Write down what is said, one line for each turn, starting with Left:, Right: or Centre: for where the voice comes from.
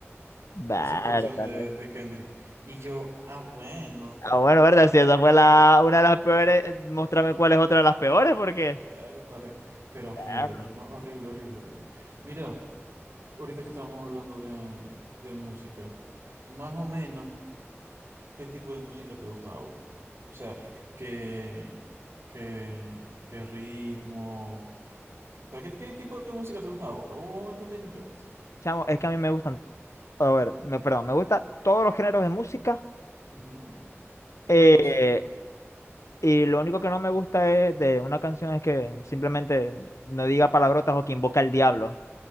Left: Vale,
Right: esa actuación
Left: vale.
Right: de, de Kendrick. Y yo, ah, bueno,
Left: Ah, bueno, verdad, si esa fue la, una de las peores, eh, muéstrame cuál es otra de las peores, porque...
Right: Bertale, pero horrible,
Left: Perro.
Right: men, ho- horrible, horrible, horrible. Mira, ahorita que estábamos hablando de, de música, más o menos, ¿qué tipo de música te gusta a vos? O sea, ¿qué, qué, qué ritmo? sea, ¿qué, qué tipo de música te gusta a vos? ¿Vos entendéis mi pregunta?
Left: Chamo, es que a mí me gustan, a ver, me, perdón, me gustan todos los géneros de música,
Right: Ujú.
Left: eh,
Right: Menos,
Left: y lo único que no me gusta es de una canción es que simplemente no diga palabrotas o que invoca al diablo,